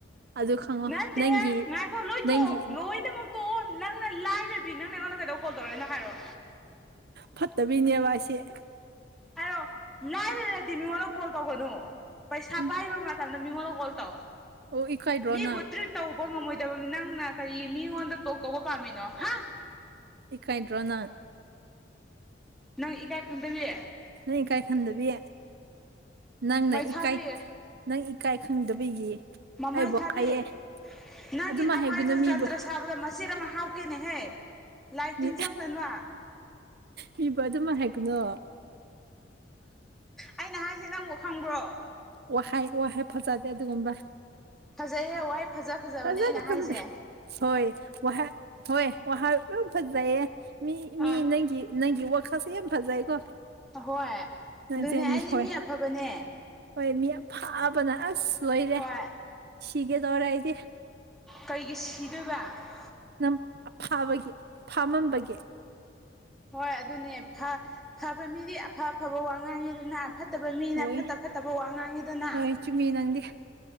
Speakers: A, on the right; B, in the centre.
A: ꯑꯗꯨ ꯈꯪꯉꯣ
B: ꯅꯠꯇꯦ
A: ꯅꯪꯒꯤ
B: ꯉꯥꯏꯈꯣ ꯂꯣꯏ
A: ꯅꯪꯒꯤ
B: ꯇꯣꯛꯑꯣ ꯂꯣꯏꯅꯃꯛ ꯇꯣꯛꯑꯣ ꯅꯪꯅ ꯂꯥꯏꯔ ꯕꯤ ꯅꯪꯅ ꯑꯩꯉꯣꯟꯗ ꯀꯩꯗꯧ ꯀꯣꯜ ꯇꯧꯔꯛꯅꯣ ꯍꯥꯏꯔꯛꯑꯣ
A: ꯐꯠꯇꯕꯤꯅꯦꯕ ꯑꯁꯤ
B: ꯍꯥꯏꯔꯛꯑꯣ ꯂꯥꯏꯔꯔꯗꯤ ꯃꯤꯉꯣꯟꯗ ꯀꯣꯜ ꯇꯧꯒꯅꯨ ꯄꯩꯁꯥ
A: ꯎꯝ
B: ꯄꯥꯏꯕ ꯃꯇꯝ ꯅꯥ ꯃꯤꯉꯣꯟꯗꯥ ꯀꯣꯜ ꯇꯧ
A: ꯑꯣ ꯏꯀꯥꯏꯗ꯭ꯔꯣ
B: ꯃꯤꯕꯨ
A: ꯅꯪ
B: ꯇ꯭ꯔꯤꯠ ꯇꯧꯕ ꯉꯝꯃꯣꯏꯗꯕ ꯅꯪꯅ ꯀꯔꯤ ꯃꯤꯉꯣꯟꯗ ꯇꯣꯛ ꯇꯧꯕ ꯄꯥꯝꯃꯤꯅꯣ ꯍꯥ
A: ꯏꯀꯥꯏꯗ꯭ꯔꯣ ꯅꯪ
B: ꯅꯪ ꯏꯀꯥꯏ ꯈꯪꯗꯕꯤ
A: ꯅꯪ ꯏꯀꯥꯏ ꯈꯟꯗꯕꯤ ꯅꯪꯅ
B: ꯃꯩꯊꯥꯕꯤ
A: ꯏꯀꯥꯏ ꯅꯪ ꯏꯀꯥꯏ ꯈꯪꯗꯕꯤꯒꯤ
B: ꯃꯃꯥꯏ
A: ꯑꯩꯕꯨ
B: ꯊꯥꯕꯤ
A: ꯍꯥꯏꯌꯦ
B: ꯅꯪꯒꯤ
A: ꯑꯗꯨꯃꯥꯏ
B: ꯅꯃꯥꯏꯗꯣ
A: ꯍꯥꯏꯒꯅꯨ ꯃꯤꯕꯨ
B: ꯖꯟꯇ꯭ꯔ ꯁꯥꯕꯗ ꯃꯆꯦꯠ ꯑꯃ ꯍꯥꯞꯀꯦꯅꯦꯍꯦ ꯂꯥꯏ
A: ꯃꯤ
B: ꯇꯤꯟ ꯆꯪꯗꯅꯕ
A: ꯃꯤꯕꯨ ꯑꯗꯨꯃꯏ ꯍꯥꯏꯒꯅꯨ
B: ꯑꯩꯅ ꯍꯥꯏꯁꯦ ꯅꯪꯕꯨ ꯈꯪꯕ꯭ꯔꯣ
A: ꯋꯥꯍꯥꯏ ꯋꯥꯍꯩ ꯐꯖꯗꯦ ꯑꯗꯨꯒꯨꯝꯕ
B: ꯐꯖꯩꯍꯦ ꯋꯥꯍꯩ ꯐꯖ ꯐꯖꯕꯅꯦ
A: ꯐꯖꯗꯦ
B: ꯑꯩꯅ
A: ꯐꯖꯗꯦ
B: ꯍꯥꯏꯖꯦ
A: ꯍꯣꯏ ꯋꯥꯍꯥ ꯍꯣꯏ ꯋꯥꯍꯥꯏ ꯂꯣꯏ ꯐꯖꯩꯌꯦ ꯃꯤ
B: ꯑꯥ
A: ꯃꯤ ꯅꯪꯒꯤ ꯅꯪꯒꯤ ꯋꯥꯈꯜꯁꯦ ꯌꯥꯝ ꯐꯖꯩꯀꯣ
B: ꯑꯍꯣꯏ
A: ꯅꯪꯁꯦ
B: ꯑꯗꯨꯅꯦ ꯑꯩꯗꯤ
A: ꯃꯤ ꯍꯣꯏ
B: ꯑꯐꯕꯅꯦ
A: ꯍꯣꯏ ꯃꯤ ꯑꯐꯕꯅ ꯑꯁ ꯂꯣꯏꯔꯦ
B: ꯍꯣꯏ
A: ꯁꯤꯒꯗꯣꯔꯦ ꯑꯩꯗꯤ
B: ꯀꯩꯒꯤ ꯁꯤꯗꯣꯏꯕ
A: ꯅꯪ ꯑꯐꯕꯒꯤ ꯐꯃꯝꯕꯒꯤ
B: ꯍꯣꯏ ꯑꯗꯨꯅꯦ ꯐ ꯐꯕ ꯃꯤꯗꯤ ꯑꯐ ꯑꯐꯕ ꯋꯥ ꯉꯥꯡꯉꯦꯗꯅ ꯐꯠ ꯐꯠꯇꯕ ꯃꯤꯅ
A: ꯍꯣꯏ
B: ꯐꯠꯇ ꯐꯠꯇꯕ ꯋꯥ ꯉꯥꯡꯉꯦꯗꯅ
A: ꯍꯣꯏ ꯆꯨꯝꯃꯤ ꯅꯪꯗꯤ